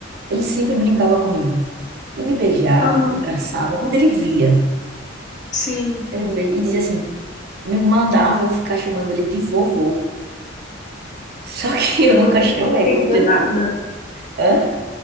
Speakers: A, on the right; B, on the left.
A: ele sempre brincava comigo. Ele me beijava,
B: Aham.
A: me abraçava, onde ele via.
B: Sim.
A: Ele me be- e dizia assim, me mandava eu ficar chamando ele de vovô. <laughs> Só que
B: E
A: eu
B: você
A: nunca chamei,
B: não entendia
A: porque...
B: nada.
A: Hã?